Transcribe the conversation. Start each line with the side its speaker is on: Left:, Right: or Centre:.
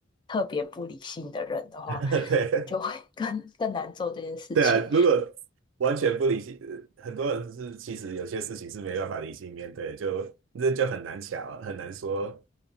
Left: 特别不理性的人的话，
Right: <laughs> 对
Left: 就会 <laughs> 更更难做这件事情。
Right: 对啊，如果完全不理性，呃很多人是其实有些事情是没办法理性面对的就那就很难巧，很难说